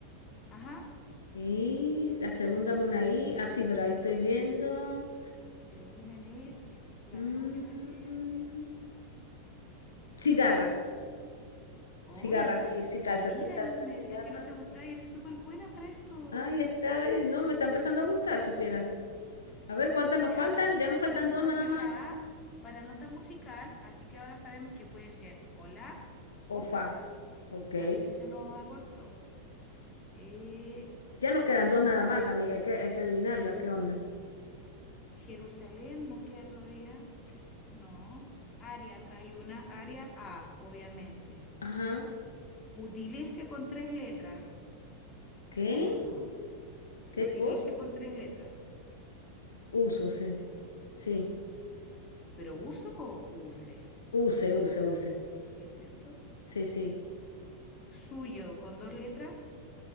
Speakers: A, on the left; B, on the left.
A: Ajá.
B: Y la segunda es una I. Ah, sí, pero ahí estoy
A: sí,
B: viendo.
A: Y termina en R. eh, La
B: Mm,
A: penúltima es R.
B: cigarra.
A: Oye,
B: Cigarra, sí, sí calza,
A: amiga,
B: sí calza,
A: y no me decías
B: cigarra.
A: que no te gustaba y eres súper buena para esto.
B: Ahí está, eh, no, me está empezando a gustar, supiera. A ver, ¿cuántas
A: Mira,
B: nos faltan? Ya nos faltan
A: y eso
B: dos
A: nos
B: nada
A: dio
B: más.
A: la A para nota musical, así que ahora sabemos que puede ser o la o
B: Ofa,
A: fa.
B: fa. Ok.
A: Así que se nos acortó. Eh,
B: Ya nos quedan dos nada más, amiga. Hay que, hay que adivinarla.
A: Sí.
B: ¿Qué onda?
A: Jerusalén nos queda todavía, que, no. Área, acá hay una área A, obviamente.
B: Ajá.
A: Utilice con tres letras.
B: ¿Qué?
A: Use, ¿o no?
B: ¿Qué
A: Utilice
B: cosa?
A: con tres letras.
B: Uso, sí. Sí.
A: ¿Pero uso o use?
B: Use, use, use.
A: Sí, ¿cierto?
B: Sí, sí.
A: Suyo con dos letras.